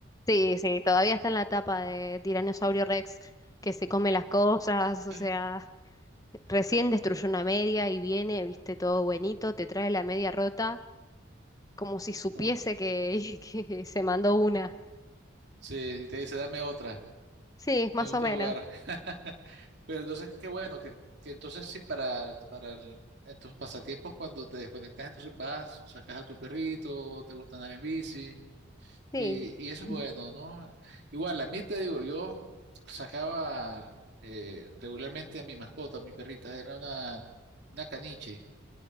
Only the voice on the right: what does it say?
<laughs>
Como
si te dice, dame otra,
me gusta
jugar. <laughs> Pero entonces, qué bueno, que, que entonces sí, para, para el- en tus pasatiempos, cuando te desconectas, entonces vas, sacas a tu perrito, te gusta andar en bici,
y, y eso es
bueno, ¿no? Igual, a mí te digo, yo sacaba eh, regularmente a mi mascota, a mi perrita, era una, una caniche,